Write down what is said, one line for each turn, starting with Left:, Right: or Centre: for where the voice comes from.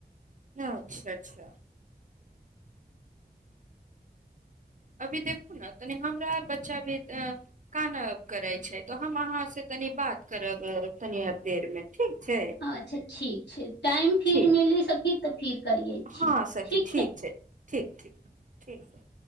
Right: हँ अच्छा अच्छा अभी देखू ने तनि हमरा आर बच्चा भी कान करै छै तऽ हम अहाँ से तनि बात करब तनी आर देर मे ठीक छै
Left: अच्छा ठीक छै टाइम फिर
Right: ठीक
Left: मिली सकी तऽ फिर करियै छी
Right: हँ सखी ठीक
Left: है
Right: छै ठीक ठीक ठीक छै